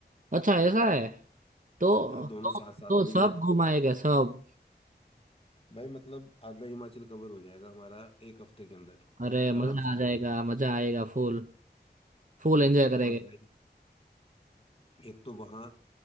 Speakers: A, on the right (about 50°); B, on the left (about 35°).
A: अच्छा ऐसा है तो
B: हाँ दोनों
A: तो
B: साथ साथ
A: तो
B: में
A: सब
B: ही है
A: घुमाएगा सब
B: भाई मतलब आधा हिमाचल कवर हो जाएगा हमारा एक हफ्ते के अंदर
A: अरे मजा
B: आराम से
A: आ जाएगा मजा आएगा फुल फुल एंजॉय करेंगे
B: और भाई एक तो वहाँ